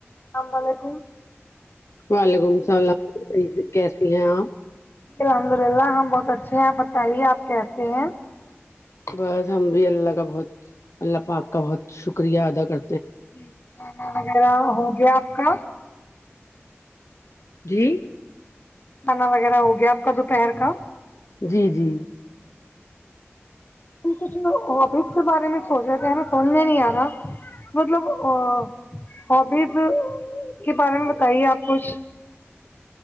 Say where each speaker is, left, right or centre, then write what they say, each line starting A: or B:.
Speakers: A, on the left; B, on the left.
A: <unintelligible>
B: وعلیکم السلام کیسی ہیں آپ
A: الحمد للہ ہم بہت اچھے ہیں آپ بتائیے آپ کیسے ہیں کھانا
B: بس ہم بھی اللہ کا بہت اللہ پاک کا بہت شکریہ ادا کر
A: جی کھانا وغیرہ ہو گیا آپ کا
B: جی
A: کھانا وغیرہ ہو گیا آپ کا دوپہر کا
B: جی جی
A: کچھ نہیں وہ ہابیز کے بارے میں سوچ رہے تھے ہمیں سمجھ نہیں آ رہا مطلب ا ہابیز کے بارے میں بتائیے آپ کچھ